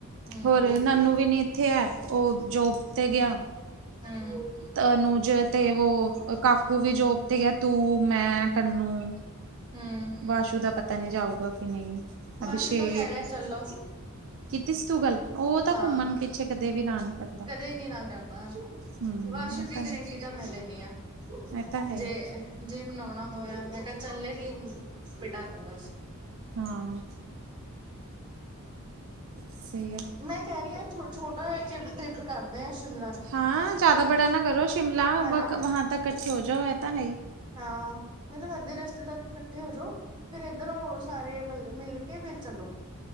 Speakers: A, on the right; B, on the right.
A: ਹੂੰ
B: ਹੋਰ ਸਾਨੂੰ ਵੀ ਨੀ ਇੱਥੇ ਹੈ ਉਹ ਜੋਬ ਤੇ ਗਿਆ।
A: ਹਾਂ।
B: ਤਨੂੰਜ ਤੇ ਵ ਕਾਕੂ ਵੀ ਜੋਬ ਤੇ ਗਿਆ ਤੂੰ ਮੈਂ ਕੰਨੂੰ।
A: ਹਮ।
B: ਵਾਸੂ ਦਾ ਪਤਾ ਨਹੀਂ ਜਾਊਗਾ ਕਿ ਨਹੀਂ ਅਭਿਸ਼ੇਕ
A: ਵਾਸ਼ੂ ਤਾਂ ਕਹਿ ਰਿਹਾ ਚੱਲੋ
B: ਕੀਤੀ ਸੀ ਤੂੰ ਗੱਲ ਉਹ ਤਾਂ
A: ਹਾਂ
B: ਘੁੰਮਨ ਪਿੱਛੇ। ਕਦੇ ਵੀ ਨ ਨੀ ਕਰਦਾ।
A: ਕਦੇ ਨੀ ਨਾ ਕਰਨਾ
B: ਹਮ
A: ਵਾਸ਼ੂ
B: ਇਹ
A: ਦੀ
B: ਹੈ
A: ਗਰੰਟੀ ਤਾਂ ਮੈਂ ਲੈਂਦੀ ਹਾਂ
B: ਇਹ ਤਾਂ ਹੈ
A: ਜੇ।
B: ਹੀ।
A: ਜੇ ਮਨਾਉਣਾ ਹੋਇਆ ਮੈਂ ਕਿਹਾ ਚੱਲੇ ਨੀ ਪਿਟਾਕੂ ਬਸ।
B: ਹਾਂ ਸਹੀ ਏ
A: ਮੈਂ ਕਹਿ ਰਹੀ ਹਾਂ ਛੋਟਾ ਜਿਮ ਤੇ। ਕਰਦੇ ਹ ਸ਼ਿਮ।
B: ਹਾਂ ਜ਼ਆਦਾ ਬੜਾ ਨਾ ਕਰੋ ਸ਼ਿਮਲਾ
A: ਹਨਾ
B: ਵ ਵਾਹ ਤੱਕ ਕੱਠੇ ਹੋ ਜੋ ਐ ਤਾਂ ਹੈ ਹੀ।
A: ਹਾਂ ਮਤਲਬ ਅੱਧੇ ਰਸਤੇ ਤੱਕਕੱਠੇ ਹੋਜਓ ਫੇਰ ਇੱਧਰੋਂ ਸਾਰੇ ਮਲ ਮਿਲ ਕਿ। ਤੇ ਫਿਰ ਚਲੋ